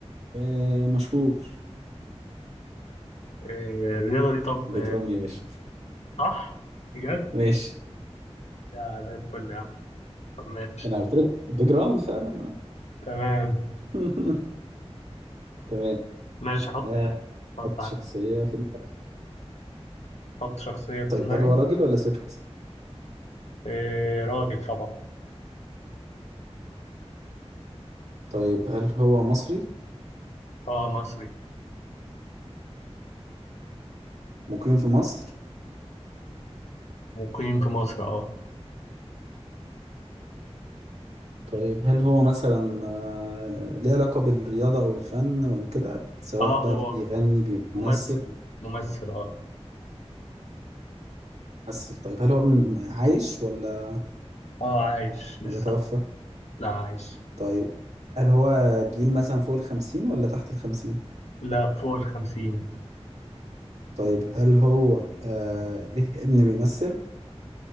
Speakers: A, on the right (about 85°); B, on the left (about 80°).
A: ومشهور
B: إيه الرياضة دي طب
A: بيج رامي يا باشا
B: صح؟ بجد؟
A: ماشي
B: يا زي الفل يا عم طب ماشي
A: انا قلت لك بيج رامي فعلا آه.
B: تمام
A: <laughs> تمام
B: ماشي حط
A: آه،
B: حط
A: حط
B: ع-
A: شخصية في دماغي.
B: حط شخصية في
A: طيب
B: دماغي
A: هل هو راجل ولا ست
B: إيه راجل طبعا
A: طيب هل هو مصري
B: اه مصري
A: مقيم في مصر
B: مقيم في مصر اه
A: طيب هل هو مثلا آه، ليه علاقة بالرياضة او الفن او كده سواء
B: اه
A: بقى
B: هو
A: بيغني بيمثل
B: ممثل ممثل اه
A: ممثل طيب هل هو م- عايش ولا
B: اه عايش لسه
A: ولا توفى
B: لا عايش
A: طيب هل هو جيل مثلا فوق الخمسين ولا تحت الخمسين؟
B: لا فوق الخمسين
A: طيب هل هو آه ليه ابن بيمثل؟